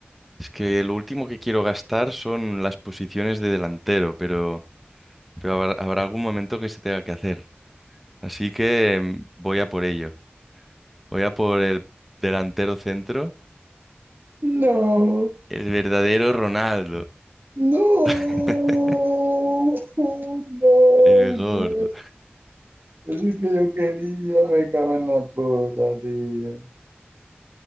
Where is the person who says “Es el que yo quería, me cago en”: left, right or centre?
Right